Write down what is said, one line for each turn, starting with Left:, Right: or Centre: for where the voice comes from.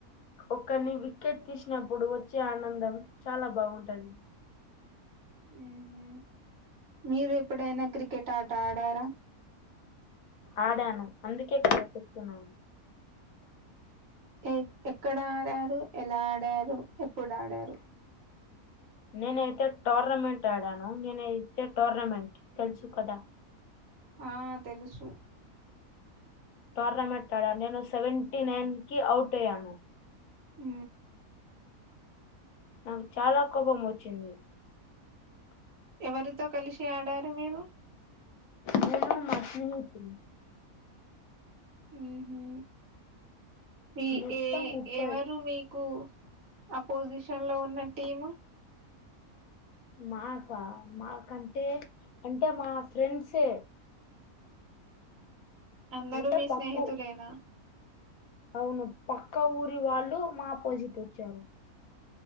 Left: ఒక్కరిని విక్కెట్ తీసినప్పుడు వచ్చే ఆనందం చాలా బాగుంటది
Right: ఊహు మీరు ఎప్పుడైనా క్రికెట్ ఆట ఆడారా
Left: ఆడాను అందుకే కద చెప్తున్నాను
Right: ఎ ఎక్కడ ఆడారు ఎలా ఆడారు ఎప్పుడు ఆడారు
Left: నేనైతే టోర్నమెంట్ ఆడాను నేనై టోర్నమెంట్ తెలుసు కదా
Right: ఆ తెలుసు
Left: టోర్నమెంట్ ఆడా నేను సెవెంటీ నైన్ కి అవుట్ అయ్యాను
Right: ఊ
Left: నాకు చాలా కోపం వచ్చింది
Right: ఎవరితో కలిసి ఆడారు మీరు
Left: మీరు మష్నిగొత్తిం
Right: ఊహు మీ
Left: మొత్తం
Right: ఏ
Left: ముప్పై
Right: ఎవరు మీకు అపోజిషన్ లో ఉన్న టీము
Left: నాకా మాకంటే అంటే మా ఫ్రెండ్సే
Right: అందరూ
Left: అంటే
Right: మీ
Left: పక్కు
Right: స్నేహితులేనా
Left: అవును పక్క ఊరి వాళ్ళు మా అపోజిట్ వచ్చారు